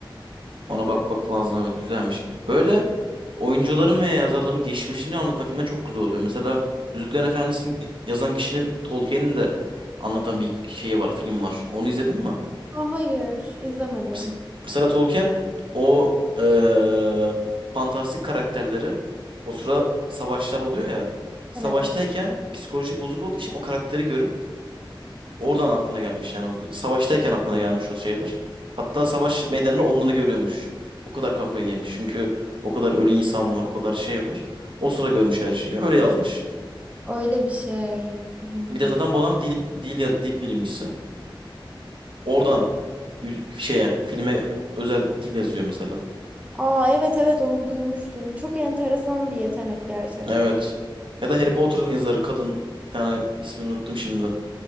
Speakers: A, on the right; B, on the right.
A: Ona bakmak lazım evet güzelmiş. Böyle oyuncuların veya yazarların geçmişini anlatan filmler çok güzel oluyor. Mesela Yüzüklerin Efendisi'ni yazan kişinin Tolkien'in de anlatan bir şeyi var, film var. Onu izledin mi?
B: Aa, hayır, izlemedim.
A: Mes- Mesela Tolkien o eee, fantastik karakterleri o sıra savaşlar oluyor ya. Savaştayken
B: Evet.
A: psikoloji bozuk olduğu için o karakteri görüp Oradan aklına gelmiş yani. O Savaştayken aklına gelmiş o şeyler. Hatta savaş meydanını onları görüyormuş. O kadar kafayı yemiş. Çünkü o kadar ölü insan var, o kadar şey var. O sıra görmüş her şeyi. Öyle yazmış.
B: Öyle bir şey. Hı.
A: Bir de zaten bu adam dil dil ya- dil bilimcisi. Oradan y- şeye, filme özel dil yazıyor mesela.
B: Aa evet evet onu duymuştum. Çok enteresan bir yetenek gerçekten.
A: Evet. Ya da Harry Potter'ın yazarı kadın bir tane ismini unuttum şimdi.